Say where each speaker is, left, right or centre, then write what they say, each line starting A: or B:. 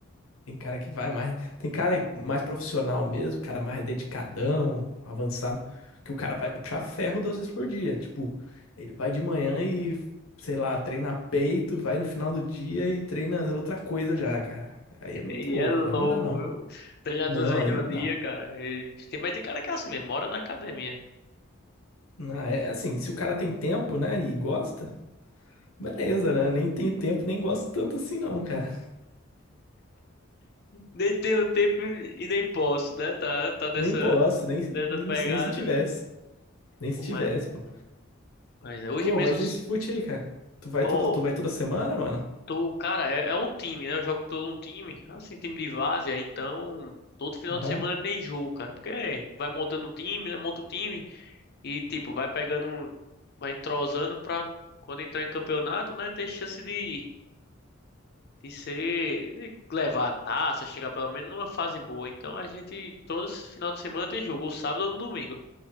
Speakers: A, on the left; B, on the left.
A: Tem cara que vai mais. Tem cara mais profissional mesmo, cara mais dedicadão, avançado, que o cara vai puxar ferro duas vezes por dia. Tipo, ele vai de manhã e, sei lá, treina peito, vai no final do dia e treina outra coisa já, cara. Aí é muito
B: E
A: louco,
B: é louco,
A: pô. Aí não dá, não.
B: viu? Treinar
A: Não,
B: duas vezes
A: aí não
B: no
A: dá,
B: dia,
A: pô.
B: cara. E tem, mas tem cara que é assim mesmo, mora na academia.
A: Não, é assim, se o cara tem tempo, né, e gosta, beleza, né? Nem tem tempo, nem gosta tanto assim, não, cara.
B: Nem tenho tempo e nem posso, né? Tá, tá nessa,
A: Nem posso, nem se,
B: nessa
A: Nossa,
B: pegada.
A: nem se tivesse. Nem se
B: Pô,
A: tivesse,
B: mas é.
A: pô.
B: Mas é. Hoje
A: Pô,
B: mesmo,
A: mas
B: s-
A: e esse fute aí, cara? Tu vai
B: pô,
A: todo, tu vai toda semana, mano?
B: tô, cara, é, é um time, né? Eu jogo por um time, assim, time de várzea, então todo final
A: Aham,
B: de semana tem jogo, cara. Porque é, vai montando um time, né? Monta o time e, tipo, vai pegando, vai entrosando pra quando entrar em campeonato, né? Ter chance de, de ser, de levar a taça, chegar pelo menos numa fase boa. Então a gente, todo final de semana tem jogo, ou sábado ou no domingo.